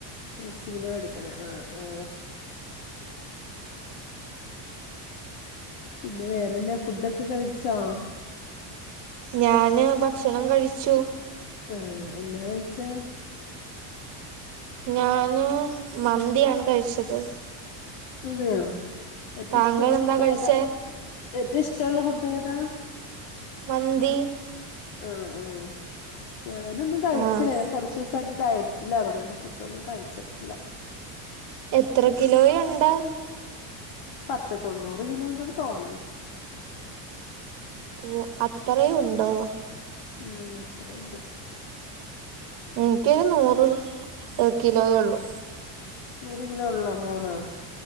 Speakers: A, on the left; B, on the right.
A: നഴ്സിങ്ങിന് പഠിക്കാണ, ആ ആ പിന്നെ വേറെന്നാ ഫുഡൊക്കെ കഴി േച്ചാ.
B: ഞാന് ഭക്ഷണം കഴിച്ചു.
A: ആ എന്താ കഴിച്ചേ?.
B: ഞാന് മന്തിയാണ് കഴിച്ചത്.
A: അതെയോ. ഏറ്റവും
B: താങ്കൾ
A: ഇഷ്ടമുള്ള ഫുഡ്
B: എന്താ കഴിച്ചേ
A: ഏതാ? ഏറ്റവും ഇഷ്ടമുള്ള ഫുഡ് ഏതാ
B: മന്തി
A: ആ ആ ഞാനൊന്നും കഴിച്ചില്ല
B: ആഹ്
A: കുറച്ച് ദിവസമായിട്ട് ഡയറ്റിലാണ് അതുകൊണ്ട് ഫുഡ് ഒന്നും കഴിച്ചിട്ടില്ല
B: എത്ര കിലോ യേഉണ്ട്
A: പത്ത് തൊണ്ണൂറ് കിലോ ഉണ്ടന്ന് തോന്നുന്നു
B: ഓ അത്രയും ഉണ്ടോ
A: ഉം അത്ര ഉണ്ട്
B: എനിക്കൊരു നൂറ് കിലോയേ ഉള്ളൂ
A: നൂറ് കിലോ ഉള്ളോ മോള്